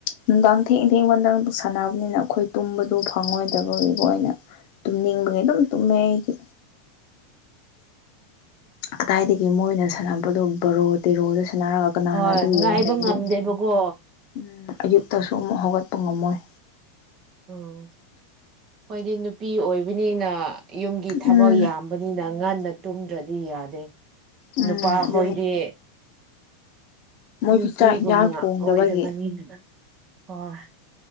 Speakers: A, on the left; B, on the right.
A: ꯅꯨꯡꯗꯥꯡ ꯊꯦꯡ ꯊꯦꯡꯕ ꯅꯪꯗꯣ ꯁꯥꯟꯅꯕꯅꯤꯅ ꯑꯩꯈꯣꯏ ꯇꯨꯝꯕꯗꯨ ꯐꯪꯉꯣꯏꯗꯕꯒꯤꯀꯣ ꯑꯣꯏꯅ ꯇꯨꯝꯅꯤꯡꯕꯒꯤ ꯑꯗꯨꯝ ꯇꯨꯝꯃꯦ ꯑꯩꯗꯤ ꯀꯗꯥꯏꯗꯒꯤ ꯃꯣꯏꯅ ꯁꯥꯟꯅꯕꯗꯣ ꯕꯔꯣ ꯇꯦꯔꯣꯗ ꯁꯥꯟꯅꯔꯒ ꯀꯅꯥꯅ
B: ꯍꯣꯏ
A: ꯑꯗꯨ
B: ꯉꯥꯏꯕ
A: ꯌꯦꯡ ꯂꯩꯒꯅꯤ
B: ꯉꯝꯗꯦꯕꯀꯣ
A: ꯎꯝ ꯑꯌꯨꯛꯇꯁꯨ ꯑꯃꯨꯛ ꯍꯧꯒꯠꯄ ꯉꯝꯃꯣꯏ
B: ꯎꯝ ꯑꯈꯣꯏꯗꯤ ꯅꯨꯄꯤ ꯑꯣꯏꯕꯅꯤꯅ ꯌꯨꯝꯒꯤ ꯊꯕꯛ
A: ꯎꯝ
B: ꯌꯥꯝ ꯕꯅꯤꯅ ꯉꯟꯅ ꯇꯨꯝꯗ꯭ꯔꯗꯤ ꯌꯥꯗꯦ
A: ꯎꯝ
B: ꯅꯨꯄꯥ
A: ꯑꯗꯨꯅꯤ
B: ꯍꯣꯏꯗꯤ
A: ꯃꯣꯏꯁꯨ
B: ꯅꯨꯄꯤꯒꯨꯝꯅ
A: ꯆꯥꯛ ꯌꯦꯟꯁꯥꯡ ꯊꯣꯡꯗꯕꯒꯤ
B: ꯑꯣꯏꯗꯕꯅꯤꯅ ꯍꯣꯏ